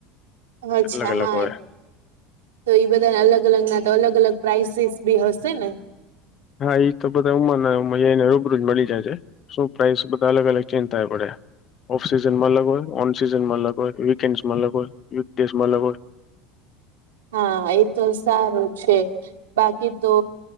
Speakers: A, on the right; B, on the left.
A: અચ્છા
B: અલગ અલગ
A: હા.
B: હોય
A: તો એ બધા અલગ અલગ ના તો અલગ અલગ પ્રાઇસીસ બી હશે ને
B: હા ઈ તો બધા ઉમાના ઉમા જઈ રૂબરૂજ મળી જાય છે. શું પ્રાઇસ બધા અલગ અલગ ચેન્જ થાય પડે ઓફ સિઝન માં અલગ હોય ઓન સીઝન માં અલગ હોય, વીકેન્ડસમાં અલગ હોય, વીક ડેઝમાં અલગ હોય.
A: હા એ તો સારું છે બાકી તો